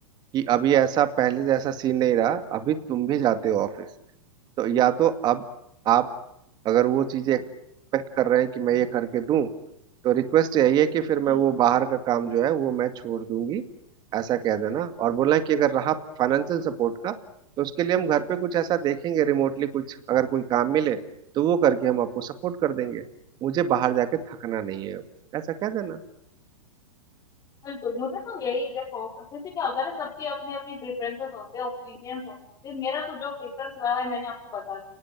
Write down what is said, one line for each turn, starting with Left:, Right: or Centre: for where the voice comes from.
Right: कि अभी ऐसा पहले जैसा सीन नहीं रहा अभी तुम भी जाते हो ऑफिस तो या तो अब आप अगर वो चीजें एक्सपेक्ट कर रहे हैं कि मैं ये करके दूं तो रिक्वेस्ट यही है कि फिर
Left: हम्म,
Right: मैं वो बाहर का काम जो है वो मैं छोड़ दूंगी ऐसा कह देना और बोलना कि अगर रहा फाइनेंशियल सपोर्ट का तो उसके लिए हम घर पे कुछ ऐसा देखेंगे रिमोटली कुछ अगर कोई काम मिले तो वो करके हम आपको सपोर्ट कर देंगे मुझे बाहर जाके थकना नहीं है ऐसा कह देना
Left: बिल्कुल मुझे तो यही देखो जैसे क्या होता है ना सबकी अपनी अपनी प्रेफरेंसेस होते हैं ओपिनियंस होते हैं मेरा तो जो प्रेफरेंस रहा है मैंने आपको बताया